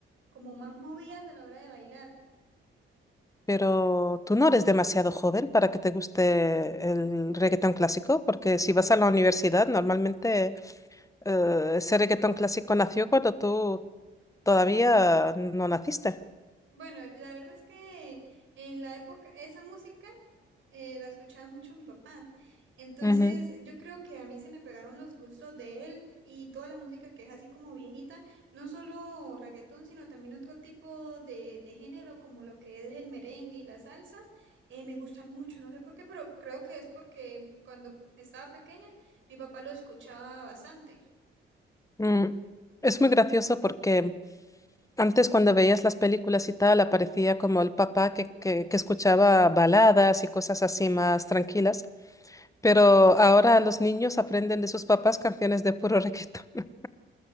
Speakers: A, on the right (about 65°); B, on the left (about 15°).
A: como más movidas a la hora de bailar.
B: Pero tú no eres demasiado joven para que te guste el reggaetón clásico, porque si vas a la universidad, normalmente Eh, ese reggaetón clásico nació cuando tú todavía no naciste.
A: Bueno, la verdad es que en la época, esa música eh, la escuchaba mucho mi papá. Entonces,
B: Ujú.
A: yo creo que a mí se me pegaron los gustos de él y toda la música que es así como viejita, no solo reggaetón, sino también otro tipo de, de género como lo que es el merengue y la salsa, eh, me gustan mucho, no sé por qué, pero creo que es porque cuando estaba pequeña mi papá lo escuchaba bastante.
B: Mm. Es muy gracioso porque antes cuando veías las películas y tal, aparecía como el papá que, que, que escuchaba baladas y cosas así más tranquilas, pero ahora los niños aprenden de sus papás canciones de puro reggaetón.